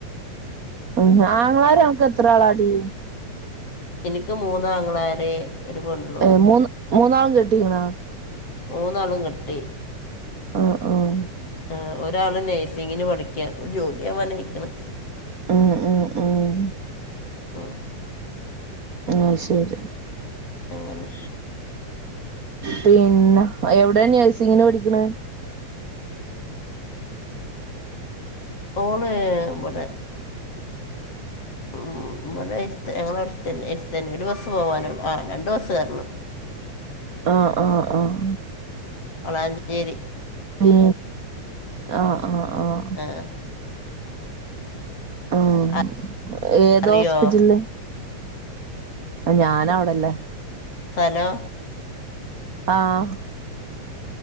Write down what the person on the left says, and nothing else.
ഇൻക്ക് മൂന്നാങ്ങളാര് ഒരു പെണ്ണും
മൂന്നാളും കെട്ടി
ആ ഒരാള് നഴ്സിങ്ങിന് പഠിക്ക്യ ജോലിയാവാനയിക്ക്‌ണ്
ഉം
എങ്ങനെ
ഓള് ഇബടെ ഉം ഇവടര്ത്ത് <unintelligible> എര്ത്തന്നെ ഒരു ബസ്സ് പോവാനോള്ളൂ ആ രണ്ട് ബസ്സ് കേർണം
വളാഞ്ചേരി
ആഹ്
ആ,
അറിയോ
ഫലോ